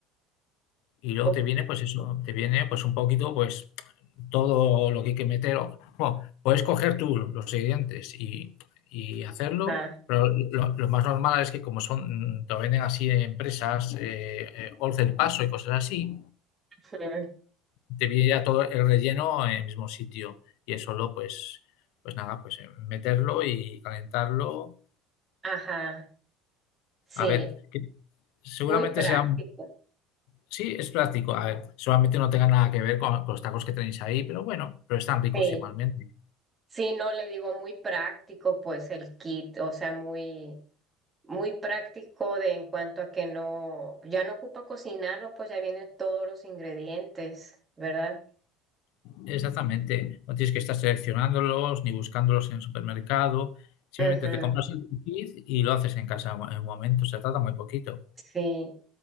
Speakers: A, on the left; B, on the right.
A: Y luego
B: Ujú.
A: te viene, pues eso, te viene pues un poquito, pues todo lo que hay que meter. o- Bueno, puedes coger tú los ingredientes y, y hacerlo,
B: Ajá.
A: pero lo, lo más normal es que como son, mm, te lo venden así en empresas, eh, eh, once el paso y cosas así,
B: Ujú.
A: te viene ya todo el relleno en el mismo sitio. Y es solo, pues, pues nada, pues eh, meterlo y calentarlo.
B: Ajá. Sí,
A: A ver, que seguramente
B: muy práctico.
A: sea Sí, es práctico. A ver, solamente no tenga nada que ver con, con los tacos que tenéis ahí, pero bueno, pero están ricos
B: Sí.
A: igualmente.
B: Sí, no le digo muy práctico, pues el kit, o sea, muy muy práctico de en cuanto a que no, ya no ocupa cocinarlo, pues ya vienen todos los ingredientes, ¿verdad?
A: Exactamente. No tienes que estar seleccionándolos ni buscándolos en el supermercado. Simplemente
B: Claro. Ujú,
A: te compras el kit y lo haces en casa en un momento. Se trata muy poquito.
B: sí.